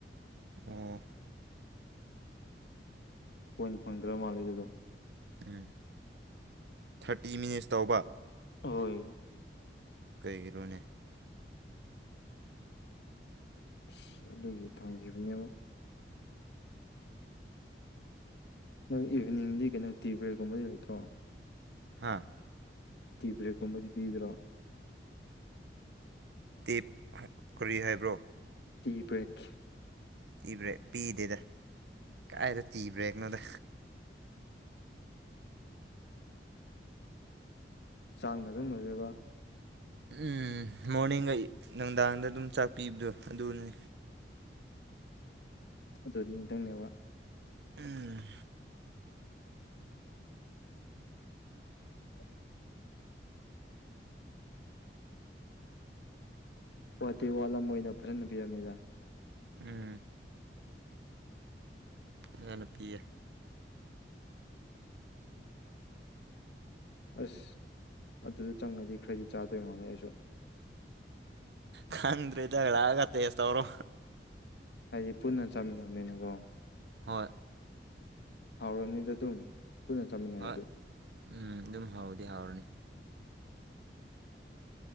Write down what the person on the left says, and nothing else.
ꯄꯣꯏꯟ ꯐꯟꯗ꯭ꯔ ꯃꯥ ꯂꯩꯒꯗꯣ
ꯍꯣꯏ
ꯑꯁ ꯑꯗꯨꯒꯤ ꯊꯝꯈꯤꯕꯅꯦꯕ ꯅꯪ ꯏꯚꯤꯅꯤꯡꯗꯤ ꯀꯩꯅꯣ ꯇꯤ ꯕ꯭ꯔꯦꯛꯀꯨꯝꯕꯗꯤ ꯂꯩꯇ꯭ꯔꯣ
ꯇꯤ ꯕ꯭ꯔꯦꯛꯀꯨꯝꯕꯗꯤ ꯄꯤꯗ꯭ꯔꯣ
ꯇꯤꯕ꯭ꯔꯦꯛꯦꯛ
ꯆꯥꯡꯅꯅꯥ ꯑꯗꯨꯝꯅꯣꯏꯖꯕ
ꯑꯗꯨꯅꯤꯇꯪꯅꯦꯕ
<unintelligible> ꯋꯥꯇꯦ ꯋꯥꯠꯂꯝꯃꯣꯏꯗ ꯐꯖꯅ ꯄꯤꯔꯕꯝꯅꯤꯗ
ꯑꯁ ꯑꯗꯨꯗ ꯆꯪꯉꯗꯤ ꯈꯔꯗꯤ ꯆꯥꯗꯣꯏ ꯃꯥꯜꯂꯦ ꯑꯩꯁꯨ
ꯍꯥꯏꯗꯤ ꯄꯨꯟꯅ ꯆꯥꯃꯤꯟꯅꯕꯅꯤꯅꯀꯣ
ꯍꯥꯎꯔꯅꯤꯗ ꯑꯗꯨꯝ ꯄꯨꯟꯅ ꯆꯥꯃꯤꯟꯅꯔꯗꯤ